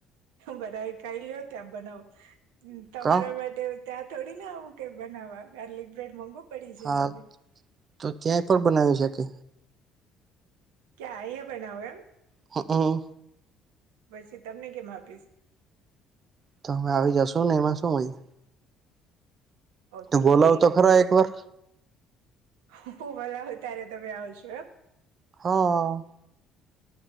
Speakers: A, on the right; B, on the right.
A: બધાએ ખાઈ લઈઓ ત્યાં બનાવું, તમારા
B: કા
A: માટે હું ત્યાં થોડીના આવું કઈ બનાવવા, ગાર્લિક બ્રેડ મોંઘો પડી
B: હા
A: જાય મને.
B: તો ત્યાંય પણ બનાવી શકે.
A: ક્યાં? યે બનાવું એમ?
B: હમ,
A: પછી તમને કેમ આપીશ?
B: ત અમે આવી જાશું ને એમાં શુ હોય
A: ઓકે
B: તો બોલાવો તો ખરા એક વાર
A: હું બોલાવું ત્યારે તમે આવશો એમ?
B: હ.